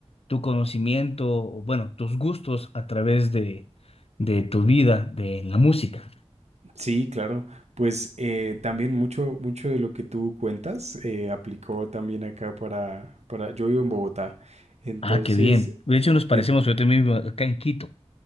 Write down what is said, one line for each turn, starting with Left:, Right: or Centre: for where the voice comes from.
Left: tu conocimiento, o bueno, tus gustos a través de tu vida, de la música.
Right: sí, claro. Pues eh, también mucho, mucho de lo que tú cuentas eh, aplicó también acá para, para, yo vivo en Bogotá, entonces
Left: Ah, qué bien. De hecho, nos parecemos,
Right: eh,
Left: yo también vivo acá en Quito.